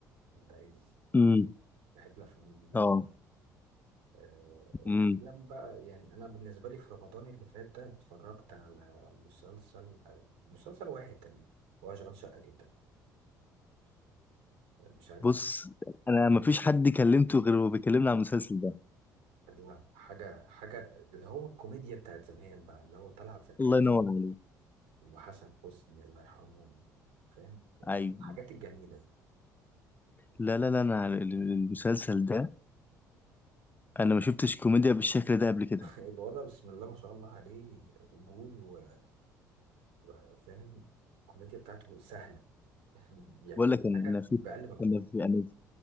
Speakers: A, on the right; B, on the left.
A: دايز
B: امم
A: بحب الأفلام دي يعني.
B: اه
A: آه،
B: امم
A: أفلام بقى يعني أنا بالنسبة لي في رمضان اللي فات ده اتفرجت على مسلسل آه، مسلسل واحد تاني هو شغال شقة جدا آه، مش عارف
B: بص
A: اتف-
B: أنا ما فيش حد كلمته غير هو بيكلمني عن المسلسل ده
A: لا حاجة حاجة اللي هو الكوميديا بتاعت زمان بقى اللي هو طلعت زكريا
B: الله ينور عليك
A: وحسن حسني الله يرحمهم فاهم
B: أيوه
A: حاجات الجميلة دي
B: لا لا لا أنا على ال- ال- المسلسل ده أنا ما شفتش كوميديا بالشكل ده قبل كده
A: الولد بسم الله ما شاء الله عليه قبول و- وفاهم الكوميديا بتاعته سهله <laughs> يعني
B: بقول
A: بيضحكك
B: لك أنا أنا
A: باقل
B: في
A: مجهود
B: أنا في أنا في